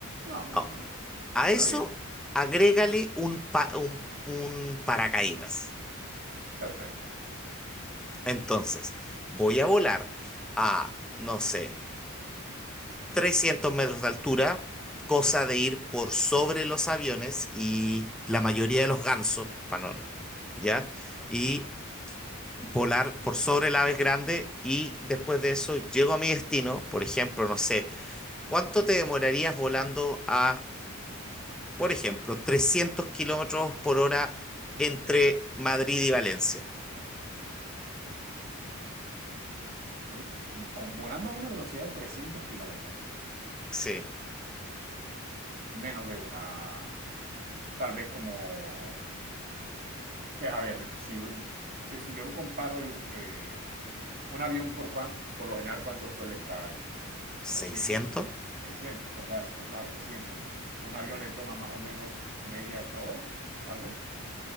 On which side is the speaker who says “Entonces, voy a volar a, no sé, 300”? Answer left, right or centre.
Centre